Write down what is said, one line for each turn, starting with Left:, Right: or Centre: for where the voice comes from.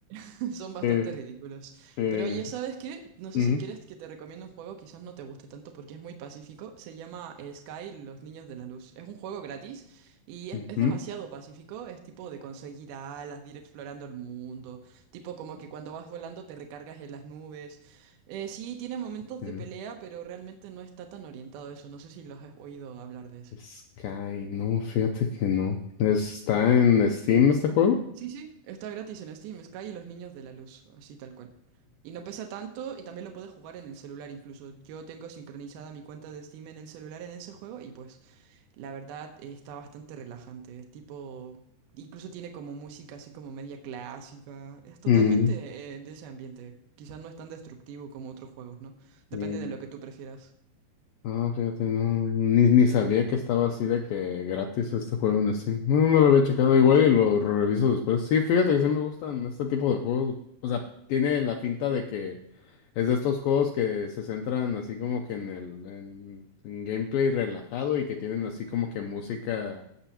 Right: <laughs> Son bastante
Left: Eh,
Right: ridículos.
Left: eh,
Right: Pero oye, ¿sabes qué? No sé
Left: ujú,
Right: si quieres que te recomiende un juego, quizás no te guste tanto porque es muy pacífico. Se llama eh, Sky, Los Niños de la Luz. Es un juego gratis y
Left: ujú,
Right: es, es demasiado pacífico. Es tipo de conseguir alas, de ir explorando el mundo. Tipo como que cuando vas volando te recargas en las nubes. Eh, sí, tiene momentos
Left: eh.
Right: de pelea, pero realmente no está tan orientado a eso. No sé si los has oído hablar de eso.
Left: Sky, no, fíjate que no. ¿Está en Steam este juego?
Right: Sí, sí, está gratis en Steam, Sky y los niños de la luz, así tal cual. Y no pesa tanto y también lo puedes jugar en el celular incluso. Yo tengo sincronizada mi cuenta de Steam en el celular en ese juego y pues la verdad eh, está bastante relajante. Es tipo, incluso tiene como música así como media clásica. Es totalmente
Left: Mm.
Right: eh, de ese ambiente. Quizás no es tan destructivo como otros juegos, ¿no? Depende
Left: Ujú.
Right: de lo que tú prefieras.
Left: Ah, fíjate, no, ni, ni sabía que estaba así de que gratis este juego en Steam. No, no lo había checado igual y lo reviso después. Sí, fíjate que sí me gustan este tipo de juegos. O sea, tiene la finta de que es de estos juegos que se centran así como que en el en, en gameplay relajado y que tienen así como que música